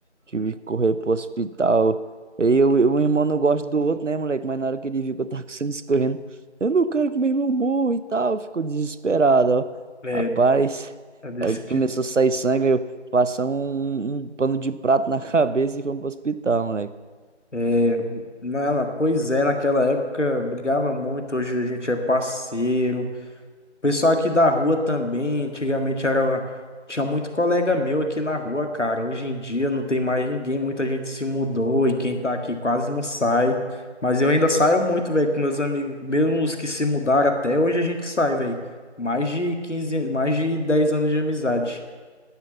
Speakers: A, on the right; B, on the left.
A: Tive que correr pro hospital. Aí eu, eu, o irmão não gosta do outro, né, moleque? Mas na hora que ele viu que eu tava com sangue escorrendo, eu não quero que meu irmão morra e tal. Ficou desesperado, ó.
B: é,
A: Rapaz,
B: é desse
A: aí
B: jeito.
A: começou a sair sangue. Eu passamos um, um pano de prato na <laughs> cabeça e fomos pro hospital, moleque.
B: É, na, na- pois é, naquela época brigava muito, hoje a gente é parceiro. O pessoal aqui da rua também, antigamente era, tinha muito colega meu aqui na rua, cara. Hoje em dia não tem mais ninguém, muita gente se mudou e quem tá aqui quase não sai. Mas eu ainda saio muito, velho, com meus amigos, mesmo os que se mudaram até hoje a gente sai, velho. Mais de 15, mais de 10 anos de amizade.